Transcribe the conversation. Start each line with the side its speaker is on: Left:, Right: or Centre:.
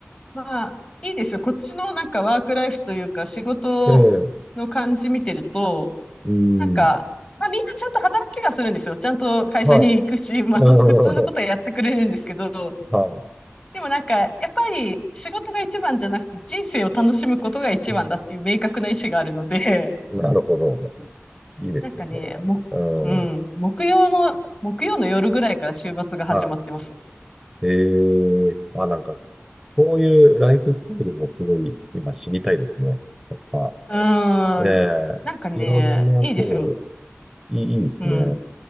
Left: まあ、いいですよ。こっちのなんかワークライフというか、仕事の感じ見てると、
Centre: ええ、うーん。
Left: なんか、まあみんなちゃんと働きはするんですよ。ちゃんと会社に行くし、
Centre: はい。
Left: まあと、
Centre: <laughs> うん。
Left: 普通のことはやってくれるんですけど、
Centre: はい。
Left: でもなんか、やっぱり仕事が一番じゃなくて人生を楽しむことが一番だっていう明確な意思があるので、
Centre: うん。なるほど。
Left: <laughs>
Centre: いいですね、
Left: なんかね、
Centre: それは。
Left: も、うん、
Centre: うん。
Left: 木曜の、木曜の夜ぐらいから週末が始まってます。
Centre: はい。ええ、あ、なんか、そういうライフスタイルもすごい今知りたいですね。やっぱ、
Left: うーん。
Centre: え
Left: なんかね、
Centre: え、いろんな、
Left: いいですよ。
Centre: そう、いい、いいですね。
Left: うん。